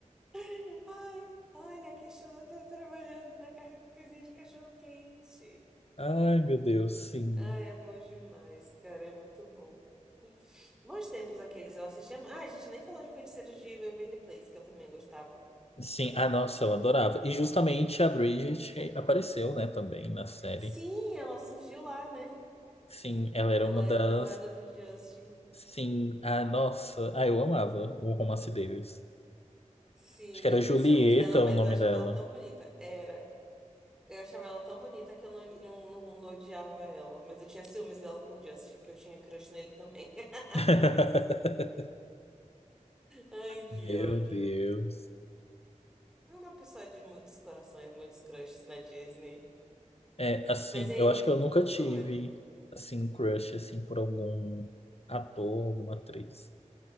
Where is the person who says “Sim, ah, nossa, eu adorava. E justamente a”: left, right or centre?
Left